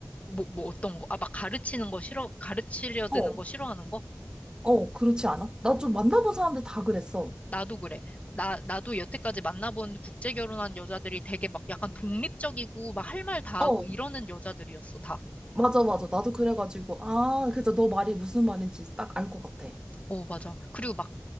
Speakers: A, on the left; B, on the right.
A: 뭐, 뭐 어떤 거? 아, 막 가르치는 거 싫어, 가르치려 드는
B: 어,
A: 거 싫어하는 거?
B: 어, 그렇지 않아? 나 좀 만나본 사람들 다 그랬어.
A: 나도 그래. 나, 나도 여태까지 만나본 국제 결혼한 여자들이 되게 막 약간 독립적이고 막 할 말 다
B: 어,
A: 하고 이러는 여자들이었어, 다.
B: 맞아, 맞아. 나도 그래가지고, 아, 그래서 너 말이 무슨 말인지 딱 알 것 같아.
A: 어, 맞아. 그리고 막